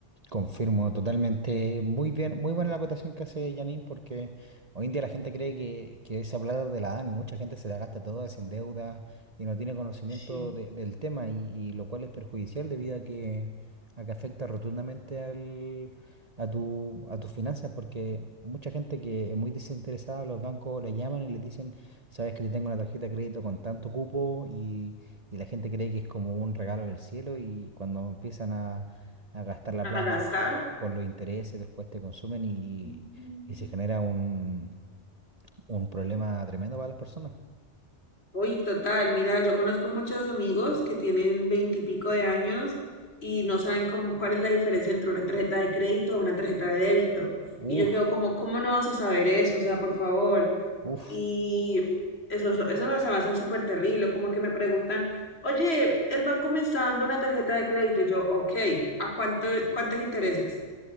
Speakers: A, on the right; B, on the left.
A: Confirmo totalmente. Muy bien, muy buena la acotación que hace Janine, porque hoy en día la gente cree que, que esa plata de la dan y mucha gente se la gasta toda, se endeuda y no tiene conocimiento
B: Sí.
A: de- del tema, y, y lo cual es perjudicial debido a que, a que afecta rotundamente al, a tu, a tus finanzas, porque mucha gente que es muy desinteresada, los bancos le llaman y les dicen, sabes que te tengo una tarjeta de crédito con tanto cupo, y, y la gente cree que es como un regalo del cielo, y cuando empiezan a a gastar la plata
B: A gastar.
A: con los intereses, después te consumen y,
B: Ujú.
A: y se genera un, un problema tremendo para las personas.
B: Uy, total, mira, yo conozco muchos amigos que tienen veintipico de años y no saben cómo- cuál es la diferencia entre una tarjeta de crédito a una tarjeta de débito.
A: Uf,
B: Y yo quedo como, ¿cómo no vas a saber eso? O sea, por favor.
A: uf,
B: Y eso, eso me se me hace súper terrible, como que me preguntan, oye, el banco me está dando una tarjeta de crédito. Y yo, ok, ¿a cuánto, cuántos intereses?